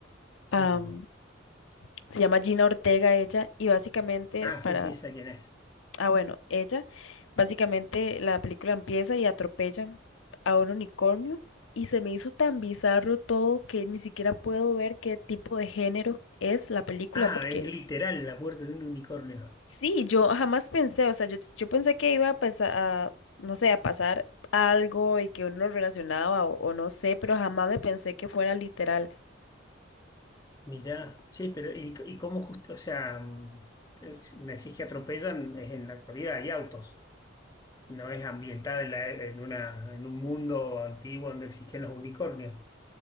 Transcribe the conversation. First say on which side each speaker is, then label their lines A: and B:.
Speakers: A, on the left (about 80°); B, on the left (about 20°).
A: Am,
B: no.
A: se llama Gina Ortega ella y básicamente,
B: Ah, sí,
A: para
B: sí, sé quién es.
A: Ah, bueno, ella, básicamente la película empieza y atropellan a un unicornio y se me hizo tan bizarro todo que ni siquiera puedo ver qué tipo de género es la película
B: Ah,
A: porque
B: es literal la muerte de un unicornio.
A: sí, yo jamás pensé, o sea, yo, yo pensé que iba a pasar, a, no sé, a pasar algo y que uno lo relacionaba o, o no sé, pero jamás me pensé que fuera literal.
B: Mirá, sí, pero ¿y, y cómo justo? O sea, mm, es- me decís que atropellan, es en la actualidad, hay autos. No es ambientada en, la e- en una, en un mundo antiguo donde existían los unicornios.